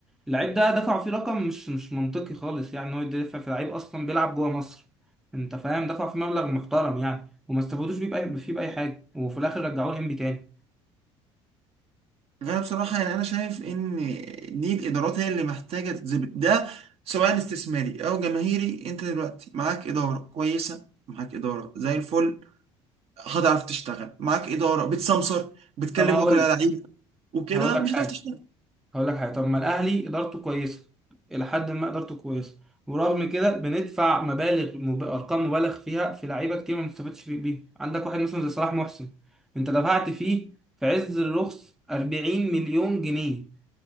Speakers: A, in the centre; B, on the right.
A: اللعيب ده دفعوا فيه رقم مش مش منطقي خالص يعني ان هو يدفع في لعيب اصلا بيلعب جوه مصر انت فاهم دفعوا فيه مبلغ محترم يعني وما استفادوش بيه بأي فيه بأي حاجه وفي الاخر رجعوه الانبي تاني
B: أنا بصراحة يعني أنا شايف إن دي الإدارات هي اللي محتاجة تتظبط ده سواء استثماري أو جماهيري أنت دلوقتي معاك إدارة كويسة معاك إدارة زي الفل هتعرف تشتغل معاك اداره بتسمسر بتكلم
A: طب هقول
B: وكلاء لعيب وكده
A: هقول لك
B: مش
A: حاجه
B: هتعرف تشتغل
A: هقول لك حاجه طب ما الاهلي ادارته كويسه الى حد ما ادارته كويسه ورغم كده بندفع مبالغ مب... ارقام مبالغ فيها في لعيبه كتير ما بنستفادش فيه- بيها عندك واحد مثلا زي صلاح محسن انت دفعت فيه في عز الرخص 40 مليون جنيه